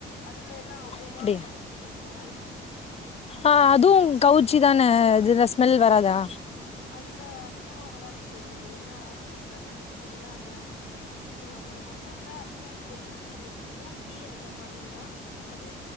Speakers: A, on the left; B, on the left.
A: அதுல எல்லா அவ்ளோவா
B: அப்டியா
A: கவுச்ச ஸ்மெல் வராது தோழி
B: ஆ அதுவு கவுச்சி தானே இதுல ஸ்மெல் வராதா
A: அதுல அதிகமா வராது தோழி ஏனா மட்டன் பாத்தீங்கனா அதுல இப்ப நம்ம மட்டன்ல அதிகமா ஸ்மெல் வராது தோழி அதுல போட்டி அந்த மாரினா அது